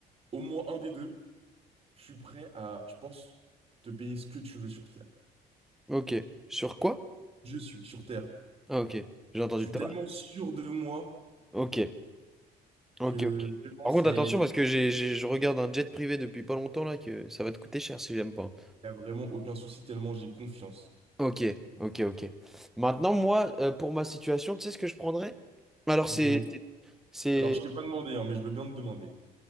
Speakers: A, on the right (about 35°); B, in the centre.
A: au moins un des deux. Je suis prêt à, je pense, te payer ce que tu veux sur Terre.
B: Ok. Sur quoi?
A: Je suis sur Terre.
B: Ah, ok. J'ai entendu
A: Je suis
B: tout
A: tellement
B: à l'heure.
A: sûr de moi
B: Ok. Ok,
A: que
B: ok.
A: vraiment,
B: Par
A: c'est,
B: contre,
A: il
B: attention, parce que j'ai, j'ai- je regarde un jet privé depuis pas longtemps, là, que ça va te coûter cher si j'aime pas.
A: n'y a vraiment aucun souci, tellement j'ai confiance.
B: Ok, ok, ok. Maintenant, moi, euh, pour ma situation, tu sais ce que je prendrais? Alors, c'est...
A: Dis-moi.
B: c'est- c'est-
A: Alors, je t'ai pas demandé, hein, mais je veux bien te demander.